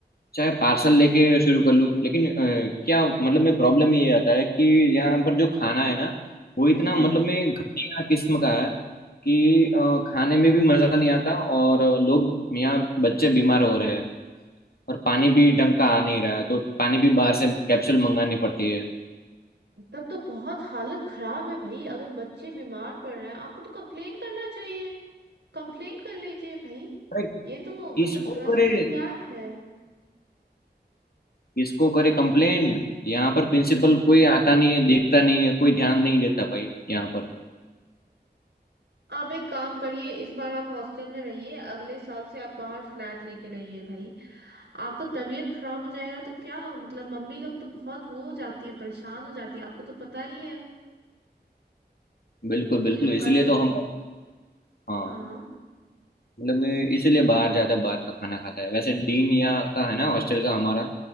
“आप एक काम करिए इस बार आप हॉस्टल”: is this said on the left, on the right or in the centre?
Right